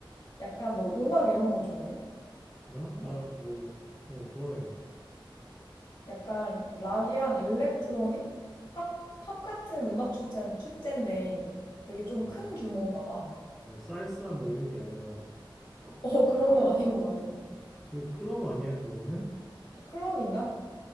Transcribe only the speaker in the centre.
나?
나 뭐, 어, 좋아해.
아,
어, 살사 뭐 이런 게 아니라 하,
그 클럽 아니야, 그거는?